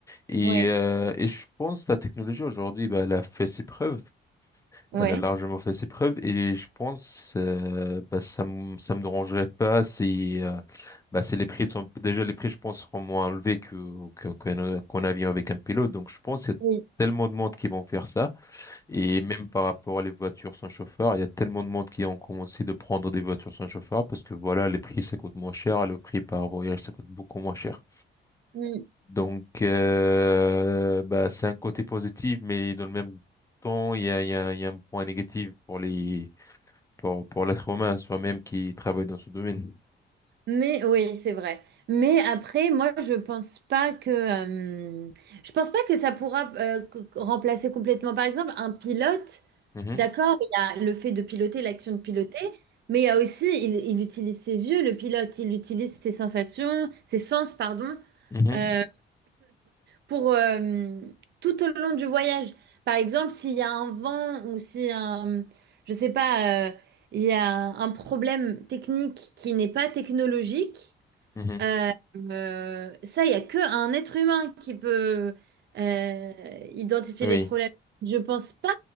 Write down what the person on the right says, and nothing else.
Oui,
ouais,
oui,
oui.
Mais oui, c'est vrai. Mais après, moi, je pense pas que euh, je pense pas que ça pourra euh, c- remplacer complètement. Par exemple, un pilote,
d'accord, il y a le fait de piloter, l'action de piloter, mais il y a aussi, il, il utilise ses yeux, le pilote, il utilise ses sensations, ses sens, pardon,
euh, pour euh, tout au long du voyage. Par exemple, s'il y a un vent ou si un, je sais pas, euh, il y a un problème technique qui n'est pas technologique.
Euh, euh, ça, il n'y a que un être humain qui peut euh, identifier
les problèmes. Je pense pas.